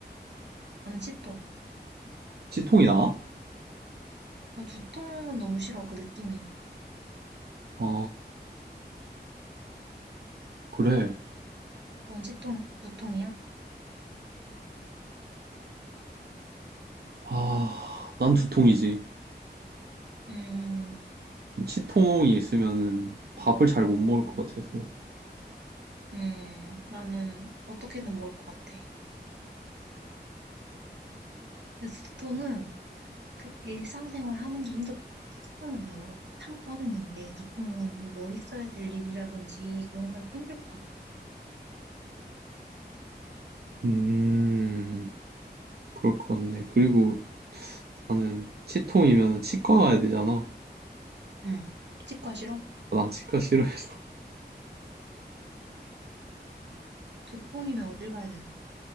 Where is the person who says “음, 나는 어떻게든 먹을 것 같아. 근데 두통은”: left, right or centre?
Right